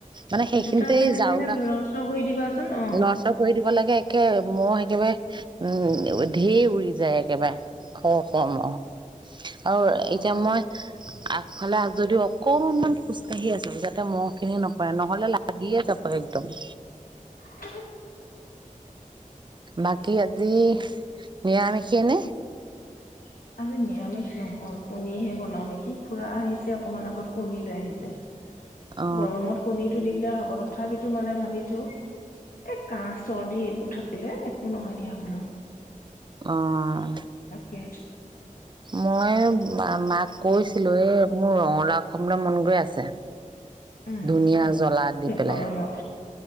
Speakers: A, on the right (about 35°); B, on the left (about 75°).
A: মানে সেইখিনিতে
B: জোতা চেন্দেল
A: ঝাৰুদা
B: বিলাক লৰচৰ কৰি দিবাচোন অ'।
A: লৰাচৰ কৰি দিব লাগে একে মহ একেবাৰে উম ধেই উৰি যায় একেবাৰে খোৱা কম আৰু আৰু
B: নকবা
A: এতিয়া মই হ'লে আ যদিও অকনমান খোজকাঢ়ি আছো যাতে মহ খিনি নপৰে নহলে লাগিয়ে যাব একদম
B: <unintelligible>
A: বাকী আজি নিৰামিষেনেে
B: <inaudible> আজি নিৰামিষ নহয় কনীহে বন নমিকি খুৰা আহিছে। অকণমান আগত কণী লৈ আহিছে। যে
A: অ
B: গৰমত কণীতটো দিগদাৰ হ অ, তথাপিতো মানে ভাবিছোঁ এ কাহ চৰ্দি এইবোৰ থাকিলে একো নহয় দিয়া বোলো।
A: অহ।
B: তাকে
A: মই মা-মাক কৈছিলোঁ এই মোৰ ৰঙালাও খাবলৈ মন গৈ আছে।
B: উম,
A: ধুনীয়া জলা দি পেলাই।
B: গৰমত